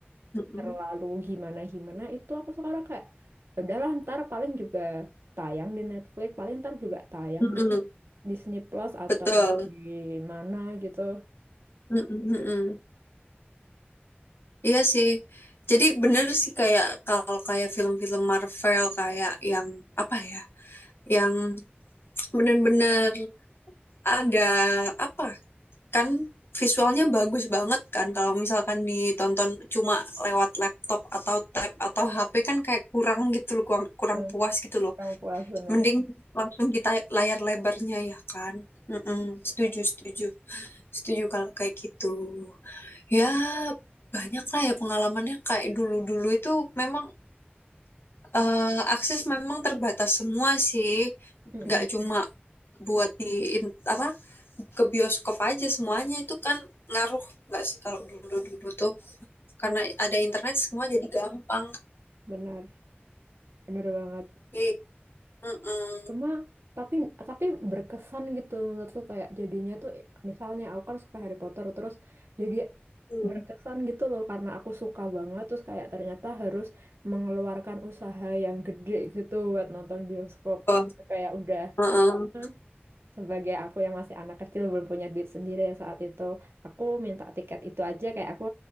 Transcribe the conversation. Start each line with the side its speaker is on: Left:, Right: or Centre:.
Left: Mm-mm.
Right: terlalu gimana-gimana itu aku sekarang kayak "Ya udahlah ntar paling juga tayang di Netflix paling ntar juga tayang
Left: Mm-mm.
Right: di Disney Plus atau
Left: Betul.
Right: di mana gitu
Left: Mm-mm, mm-mm.
Right: sih
Left: Iya sih. Jadi bener sih kayak kalau kayak film-film Marvel kayak yang apa ya? Yang bener-bener ada apa? Kan visualnya bagus banget kan kalau misalkan ditonton cuma lewat laptop atau tab atau HP kan kayak kurang gitu loh, kurang, kurang
Right: Hmm,
Left: puas gitu loh.
Right: kurang puas bener
Left: Mending langsung kita layar lebarnya ya kan? Mm-mm. setuju, setuju. Setuju kalau kayak gitu. Ya, banyak lah ya pengalamannya kayak dulu-dulu itu memang Eh, akses memang terbatas semua sih,
Right: Mm-mm.
Left: nggak cuma buat di in- apa ke bioskop aja semuanya itu kan ngaruh nggak sih kalau dulu-dulu tuh karena ada internet semua jadi gampang.
Right: benar bener banget
Left: Oke, Mm-mm.
Right: cuma tapi tapi berkesan gitu menurut lu kayak jadinya tuh eh, misalnya aku kan suka Harry Potter terus jadi
Left: Hmm.
Right: berkesan gitu loh karena aku suka banget terus kayak ternyata harus mengeluarkan usaha yang gede gitu buat nonton bioskop
Left: Oh,
Right: kayak udah
Left: uh-uh.
Right: hmm, sebagai aku yang masih anak kecil belum punya duit sendiri ya saat itu aku minta tiket itu aja kayak aku